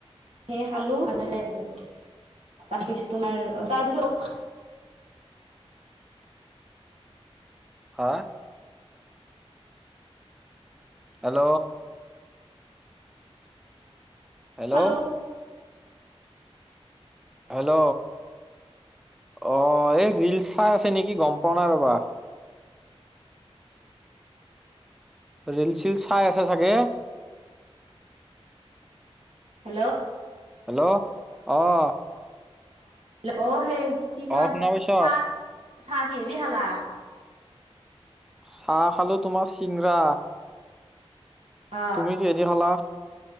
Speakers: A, on the right; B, in the centre.
A: সেই খালো <unintelligible> তাৰে পিছৰটো নাই আৰু তাৰপিছত <unintelligible>
B: হা? হেল্ল'। হেল্ল'।
A: খালো
B: হেল্ল' অঁ' এই ৰিলছ চাই আছে নেকি গম পোৱা নাই ৰ'বা। ৰিলছ চিলছ চাই আছে চাগে।
A: হেল্ল'।
B: হেল্ল' অঁ'।
A: অঁ' সেই কি কয়,
B: অ শুনা পাইছ
A: চাহ-চাহ কিহেদি খালা?
B: চাহ খালো তোমাৰ চিংৰা।
A: অ'।
B: তুমি কিহেদি খালা?